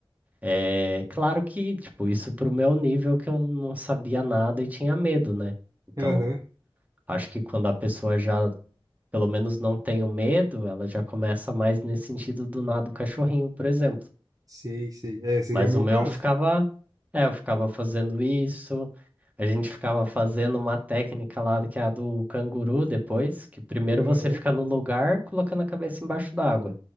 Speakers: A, on the right; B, on the right.
A: É claro que, tipo, isso pro meu nível que eu não sabia nada e tinha medo, né? Então,
B: Aham.
A: acho que quando a pessoa já, pelo menos, não tem o medo, ela já começa mais nesse sentido do nada do cachorrinho, por exemplo.
B: Sei, sei. É, seria
A: Mas
B: o meu
A: o meu
B: caso.
A: ficava, é, eu ficava fazendo isso, a gente ficava fazendo uma técnica lá que é a do canguru depois, que primeiro
B: Aham,
A: você fica no lugar colocando a cabeça embaixo d'água.